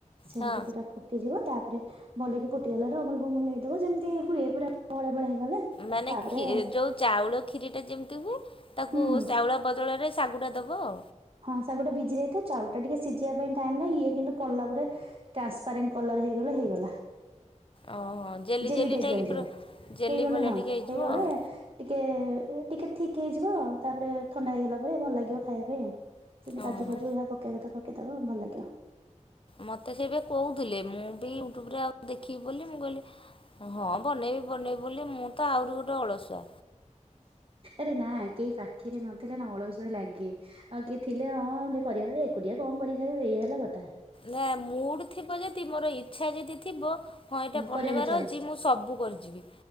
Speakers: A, on the right; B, on the left.
A: ସେମତି
B: ହଁ।
A: ପୁରା ଫୁ ଫୁଟିଯିବ ତାପରେ ଭଲେଇକି ଫୁଟିଗଲା ରୁ ଅମୁଲ ଫମୁଲ ନେଇଦେବ ଯେମିତି ହୁଏ ପୁରା ବହଳିଆ ବହଳିଆ ହେଇଗଲେ
B: ମାନେ
A: ତାପରେ
B: ଯୋଉ ଚାଉଳ କ୍ଷିରି ଟା ଯେମିତି ହୁଏ ତାକୁ
A: ହୁଁ ହୁଁ
B: ଚାଉଳ ବଦଳରେ ଶାଗୁଟା ଦବ ଆଉ।
A: ହଁ ସେ ଗୋଟେ ଭିଜି ଦେଇଥିବ ଚାଉଳ ଟା ଟିକେ ସିଝିବା ପାଇଁ ଟାଇମ ଲାଗ ଇଏ କିନ୍ତୁ ପଡ଼ିଲା ପରେ ଟ୍ରାନ୍ସପାରେଣ୍ଟ କଲର ହେଇଗଲା ହେଇଗଲା।
B: ଓହୋ
A: ଜେଲି
B: ଜେଲିଟା
A: ଟାଇପ ର
B: ଏଇ
A: ହେଇଯିବ
B: ପୁରା ଜେଲି
A: ହେଇଗଲେ
B: ଭଳିଆ
A: ହଁ
B: ଟିକେ ହେଇଯିବ
A: ହେଇଗଲେ
B: ଆଉ
A: ଟିକେ ଟିକେ ଠିକ୍ ହେଇଯିବ ତାପରେ ଥଣ୍ଡା ହେଇଗଲା ପରେ ଭଲ ଲାଗିବ ଖାଇବା ପାଇଁ। ସେମିତି
B: ଓହୋ।
A: କାଜୁ ଫାଜୁ ଯାହା ପକେଇବା କଥା ପକେଇଦବ ଭଲ ଲାଗିବ।
B: ମତେ ସେବେ କହୁଥିଲେ ମୁଁ ବି ୟୁଟ୍ୟୁବ ରେ ଆଉ ଦେଖିବି ବୋଲି ମୁଁ କହିଲି। ହଁ ବନେଇବି ବନେଇି ବୋଲି ମୁଁ ତ ଆହୁରି ଗୋଟେ ଅଳସୁଆ।
A: ଆରେ ନା କେହି ଫା ପାଖରେ ନଥିଲେ ନା ଅଳସୁଆ ଲାଗେ ଆଉ କିଏ ଥିଲେ ହଁ ଯେ କରିବା ଏକୁଟିଆ କଣ କରି ଖାଇବା ଏଇ ହେଲା କ
B: ନା ମୁଡ ଥିବ ଯଦି ମୋର ଇଚ୍ଛା ଯଦି ଥିବ ହଁ ଏଇଟା ବନେଇବାର
A: କରିବାକୁ ଇଚ୍ଛା
B: ଅଛି
A: ହବ
B: ମୁଁ ସବୁ କରିଯିବି